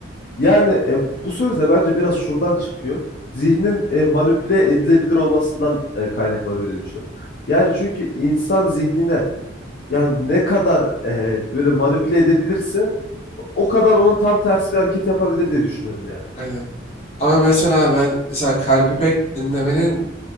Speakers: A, on the left; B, on the left.
A: Yani e, bu söz de bence biraz şuradan çıkıyor. Zihnin e, manipüle edilebilir olmasından e, kaynaklanıyor diye düşünüyorum. Yani çünkü insan zihnine yani ne kadar e, böyle manipüle edebilirse o kadar onun tam tersi bir hareket yapabilir diye düşünüyorum yani.
B: Aynen. Ama mesela ben mesela kalbi pek dinlemenin